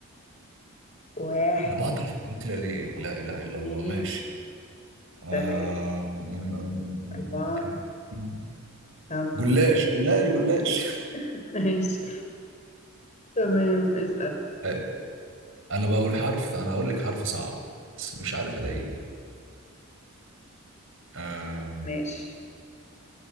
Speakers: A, on the left (about 35°); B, on the right (about 65°).
A: واحد
B: انا بعطل في الاكله ليه لا اله الا الله
A: اتنين
B: ماشي آه آه،
A: تلاتة
B: آه، آه، آه،
A: أربعة
B: أكلة بالجيم.
A: خمسة
B: جلاش جلاش جلاش
A: <laughs> ماشي تمام اسأل
B: حلو. انا بقول حرف انا هقول لك حرف صعب بس مش عارف الاقيه آه
A: ماشي